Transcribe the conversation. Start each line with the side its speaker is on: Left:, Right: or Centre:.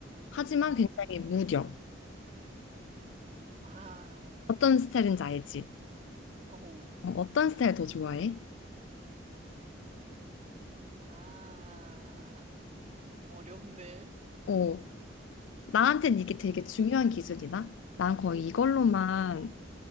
Left: 하지만
Right: 응.
Left: 굉장히 무뎌.
Right: 아,
Left: 어떤 스타일인지 알지?
Right: 어,
Left: 어, 어떤 스타일 더 좋아해?
Right: 아, 어렵네.
Left: 어, 나한테는 이게 되게 중요한 기준이다. 난 거의 이걸로만
Right: 아,